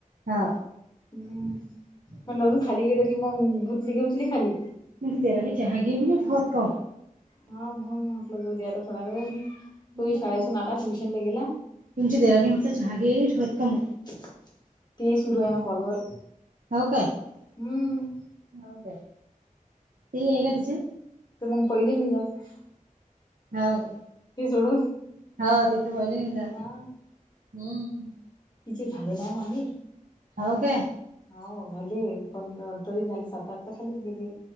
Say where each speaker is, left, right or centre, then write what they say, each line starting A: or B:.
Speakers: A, on the right (about 70°); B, on the left (about 30°).
A: हो
B: हम् म्हण अजून खाली गेल की मग गुंतली गेतली खाली
A: म्ह तेरा चहा घे ब
B: हा
A: होत काव
B: हा म्हणून म्हटलं जाऊ दे आता थोड्या वेळ तो
A: नाही ना
B: शाळेेतून
A: तुम
B: आलाच विषय चन्ने गेला,
A: तुमची देराने म्हटलं चहागेट हतकम.
B: तीचे सुरू आहे ना कॉलवर.
A: हो काय हो
B: हम्म
A: काय ते आहे का तिच्या?
B: तर मग पहिले नाही जात.
A: हा का
B: ते सोडून
A: हा ते तर होल नाही जात
B: हा
A: हम्म.
B: तिचे झाले नाही मामी.
A: हो का
B: हो झाले. पण तरी झाले सात आठ तर खालीच गेले.